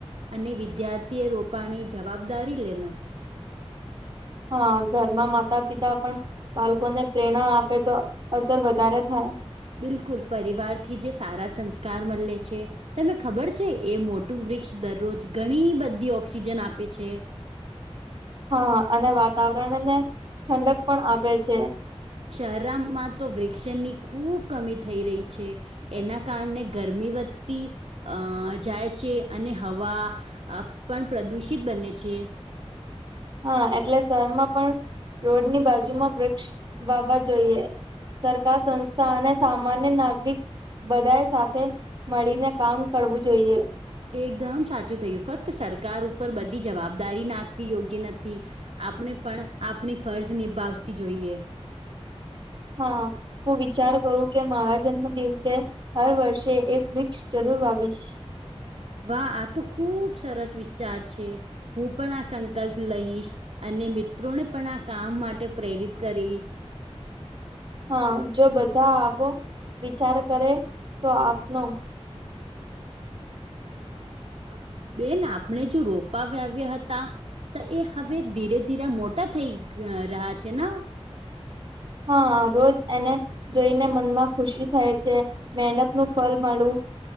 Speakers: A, on the right; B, on the right.
A: અને વિદ્યાર્થીએ રોપવાની જવાબદારી લેના
B: હા ઘરમાં માતા પિતા પણ બાળકોને પ્રેરણા આપે તો અસર વધારે થાય.
A: બિલકુલ પરિવારથી જે સારા સંસ્કાર મલે છે તમે ખબર છે એ મોટું વૃક્ષ દરરોજ ઘણી બધી ઓક્સિજન આપે છે.
B: હા અને વાતાવરણને ઠંડક પણ આપે છે.
A: શહેરોમાં તો વૃક્ષની ખૂબ કમી થઈ રહી છે. એના કારણે ગરમી વધતી અ જાય છે અને હવા આ પણ પ્રદુષિત બને છે.
B: હા એટલે શહેરના રોડની બાજુમાં વૃક્ષ વાવવા જોઈએ. સરકાર સંસ્થા અને સામાન્ય નાગરિક બધાએ સાથે મળીને કામ કરવું જોઈએ.
A: એકદમ સાચું કહ્યું ફક્ત સરકાર ઉપર બધી જવાબદારી નાખવી યોગ્ય નથી. આપણે પણ આપણી ફરજ નિભાવવી જોઈએ.
B: હા હું વિચાર કરું કે મારા જન્મ દિવસે હર વર્ષે એક વૃક્ષ જરૂર વાવીશ
A: વાહ આ તો ખુબ સરસ વિચાર છે. હું પણ આ સંકલ્પ લઈશ અને મિત્રોને પણ આ કામ માટે પ્રેરિત કરીશ.
B: હા જો બધા આવો વિચાર કરે તો આપણો
A: હા બેન આપણે જો રોપા વ્યાવ્યા હતા તહે હવે ધીરે ધીરે મોટા થઈ રહ્યા છે ને?
B: હા રોજ એને જોઈને મનમાં ખુશી થાય છે મહેનત નું ફળ મળ્યુ.